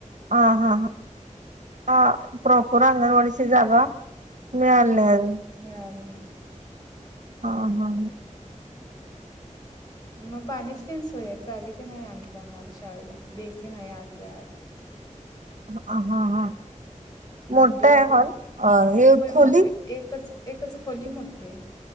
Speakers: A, on the right; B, on the left.
A: हा हा हा प्रॉपर अंगणवाडीची जागा मिळाली नाही अजून
B: मिळाली नाही.
A: हा हा.
B: मग पाण्याची तेन सोय आहे चावी तेन आहे आमच्या आम्हाला शाळेला बेसीन आहे आतल्या आत.
A: हा ह
B: भांडी
A: मोठा
B: घासायला
A: आहे हॉल अ हे
B: होय
A: खोली
B: मोठ एकच एकच खोली मोठी आहे.